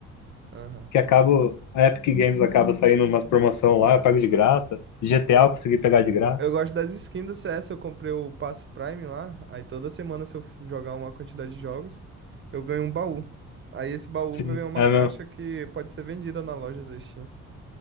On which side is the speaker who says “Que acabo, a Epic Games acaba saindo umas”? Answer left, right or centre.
Left